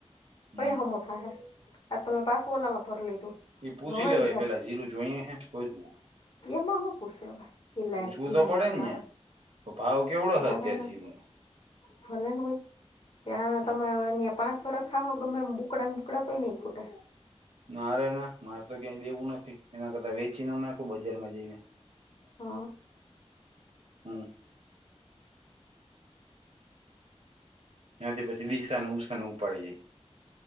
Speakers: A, on the left; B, on the right.
A: કયુ
B: હમ
A: હમુ થાહે? આ તમે પાસું ઓલામાં ભર લીધું.
B: એ પૂછી
A: હવાઈ
B: લેવાય
A: જાત
B: પેલા જીરું જોઈએ હે તો જ મો
A: એમાં હું પૂસે અવે? કિલા
B: પૂછવું
A: એક જીરામાં
B: તો પડે
A: તમારે
B: ને યાં ભાવ કેવડો હ
A: ના
B: અત્યારે
A: રે ના.
B: જીરું
A: ભલે ને હોય ત્યાં
B: નો
A: તમે ન્યા પાંસો રખાવસો ગમે એમ બુકડાને બુકડા તોય નહીં ખૂટે.
B: ના રે ના મારે તો ક્યાંય દેવું નથી એના કરતાં વેચીને નો નાખું બજારમાં જઈને.
A: હ.
B: હમ્મ. ત્યાંથી પછી દિશાનું ઉસાનું ઉપાડી જાય